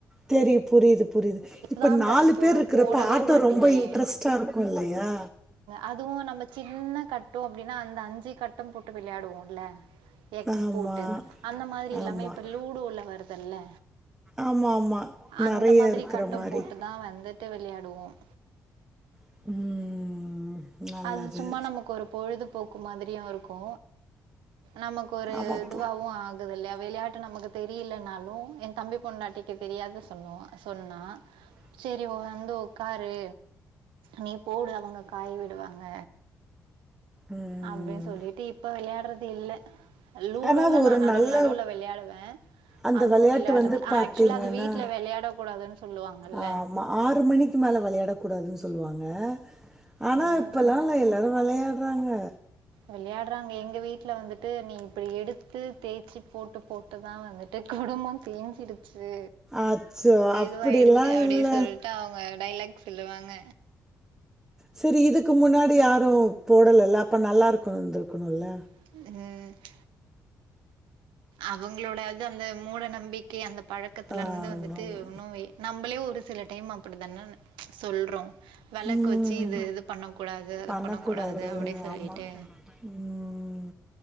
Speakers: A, in the centre; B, on the right.
A: தெரி புரிது புரிது இப்ப
B: தான்
A: நாலு
B: தாயம் போடுவ.
A: பேர்ருக்கறப்ப
B: போடவே
A: ஆட்டோ
B: மாட்டியே!"
A: ரொம் ரொம்ப இன்ட்ரெஸ்ட்டா இருக்கு இல்லையா
B: அதுவு நம்ம சின்ன கட்டோ அப்டினா அந்த அஞ்சி கட்டம் போட்டு விளையாடுவோ இல்ல எக்ஸ்
A: ஆமாம்
B: போட்டு அந்த மாதிரி எல்லாமே
A: ஆமாம்
B: இப்போ லூடோவ்ல வருதுல
A: ஆமாம் ஆமாம் நிறைய
B: அந்த மாதிரி
A: இருக்கிற
B: கட்டம்
A: மாதிரி
B: போட்டு தான் வந்துட்டு வெளையாடுவோம்
A: ம் நல்லது
B: அது சும்மா நமக்கு ஒரு பொழுதுபோக்கு மாதிரியு இருக்கு நமக்கு ஒரு
A: ஆமாம்
B: இதுவாவு ஆக் இந்த வெள்யா வெளையாட்டு நமக்கு தெரியிலனாலு எந் தம்பி பொண்டாட்டிக்கு தெரியாத சொன்னோ சொன்னா
A: ம்
B: சேரி ஓ வந்து ஒக்காரு நீ போடு அவங்க காய் விடுவாங்க
A: ம்
B: அப்டின் சொல்லிட்டு இப்ப வெளையாட்றது இல்ல லூடோல்லா
A: ஆனா அது ஒரு
B: நா நடுவுல
A: நல்ல
B: நடுவுல வெளையாடுவேன்
A: அந்த
B: அதுவு
A: வெளையாட்டு
B: வெளையாட்றதுல்
A: வந்து பாத்தீங்கன்னா
B: ஆக்சுவலா அது வீட்ல வெளையாடக் கூடாதுன் சொல்லுவாங்கல்ல
A: ஆமா ஆறு மணிக்கு மேல வெளையாடக்கூடாதுன் சொல்லுவாங்க ஆனா
B: ம்.
A: இப்போல்லாம் எல்லா எல்லாரும் வெளையா ராங்கே
B: விளையாட்றாங்க எங்க வீட்ல வந்துட் ட்டு நீ இப்டி எடுத்து தேச்சிப் போட்டுப் போட்டுதா வந்துட்டு குடும்பந் தேஞ்சிடுச்சு
A: அச்சோ அப்டிலா
B: இதுவாயிடுச்சு அப்டி
A: இல்ல
B: சொல்ட்டு அவுங்க டைலாக் சொல்லுவாங்க
A: செரி இதுக்கு முன்னாடி யாரு போடல இல்ல அப்ப நல்லாருக்குந்துருக்குனுல்ல
B: அ அவங்ளோட அது அந்த மூட நம்பிக்கை அந்தப் பழக்கத்லருந்து
A: ஆமாமா
B: வந்துட்டு உன்னு வெ நம்பளே ஒரு சில டைம் அப்டிதானே சொல்றோ வெளக்கு
A: ம்
B: வச்சி இது இது பண்ண கூடாது அத
A: பண்ணக்கூடாது
B: பண்ண கூடாது அப்டி சொல்லிட்டு
A: ஆமா ம்